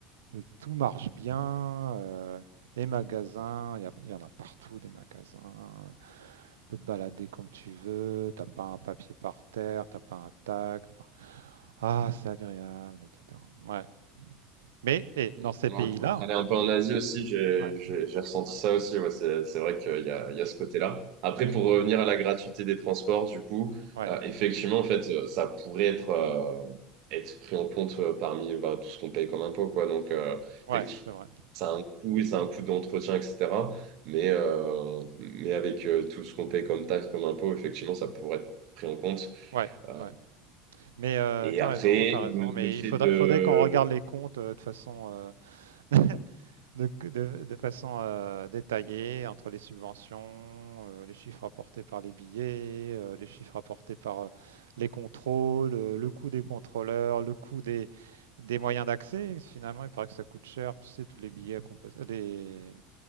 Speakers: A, on the right; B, on the right.
A: Et Tout marche bien, euh, les magasins, il y, a- il y en a partout des magasins. euh, Tu peux te balader comme tu veux, t'as pas un papier par terre, t'as pas un tac. t'as pas- Ah, c'est agréable, etc. Ouais. Mais et
B: Ouais,
A: dans ces
B: t'es
A: pays-là,
B: en train d'aller un peu en Asie aussi, j'ai
A: ouais,
B: j'ai- j'ai ressenti ça aussi. Ouais, c'est c'est vrai
A: ouais,
B: qu'il y a, il y a ce côté-là. Après,
A: mhm,
B: pour revenir à la gratuité des transports, du coup,
A: ouais,
B: euh, effectivement, en fait, euh, ça pourrait être, euh, être pris en compte euh, parmi bah, tout ce qu'on paye comme impôt, quoi. Donc, euh,
A: ouais,
B: effectivement,
A: c'est vrai.
B: ça a un coût, et ça a un coût d'entretien, etc. Mais, euh, mais avec euh, tout ce qu'on paye comme taxe, comme impôt, effectivement, ça pourrait être pris en compte.
A: Ouais,
B: Euh,
A: ouais. Mais euh,
B: et
A: t'as
B: après,
A: raison, t'as raison.
B: le,
A: Mais
B: le
A: il
B: fait
A: faudrait,
B: de...
A: faudrait qu'on regarde les comptes euh, de façon, euh, <laughs> de, de- de façon euh, détaillée entre les subventions, euh, les chiffres apportés par les billets, euh, les chiffres apportés par euh, les contrôles, euh, le coût des contrôleurs, le coût des, des moyens d'accès. Finalement, il paraît que ça coûte cher, tu sais, tous les billets à compos- les,